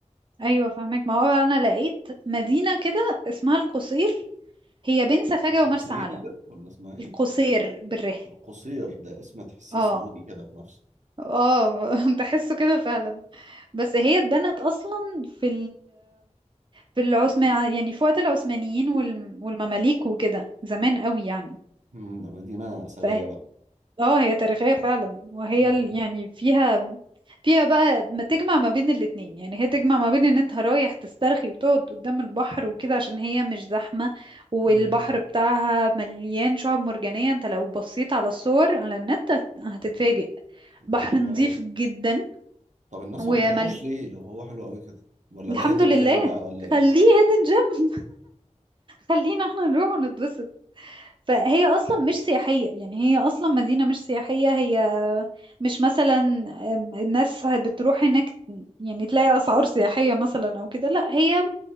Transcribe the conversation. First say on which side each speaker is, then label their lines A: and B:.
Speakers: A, on the right (about 40°); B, on the right (about 75°).
A: أيوة فاهمك ما هو بقى أنا لقيت مدينة كده اسمها القصير هي بين سفاجة
B: القصير
A: ومرسى علم
B: ولا اسمها إيه؟
A: القصير بالره
B: القصير ده اسم تحسيه
A: اه
B: سعودي كده في نفسه
A: اه <laughs> تحسه كده فعلا بس هي اتبنت اصلا في في العثمان يعني في وقت العثمانيين وال- والمماليك وكده زمان قوي يعني
B: مم، ده مدينة أثرية
A: ف
B: بقى
A: اه هي تاريخية فعلا وهي
B: مم.
A: ال- يعني فيها فيها بقى ما تجمع ما بين الاتنين يعني هي تجمع ما بين ان انت رايح تسترخي وتقعد قدام البحر وكده عشان هي مش زحمة والبحر
B: مم،
A: بتاعها مليان شعاب مرجانية انت لو بصيت على الصور على النت هت- هتتفاجئ بحر
B: ده حلو
A: نظيف
B: قوي
A: جدا
B: طب الناس
A: ومل...
B: ما بتروحوش ليه لو هو حلو قوي كده ولا
A: الحمد
B: ده هيدن
A: لله
B: جيم بقى ولا إيه؟
A: خليه هيدن جيم خلينا احنا نروح ونتبسط فهي اصلا مش سياحيه يعني هي اصلا مدينه مش سياحيه هي مش مثلا أم، الناس بتروح هناك يعني تلاقي اسعار سياحيه مثلا او كده لا هي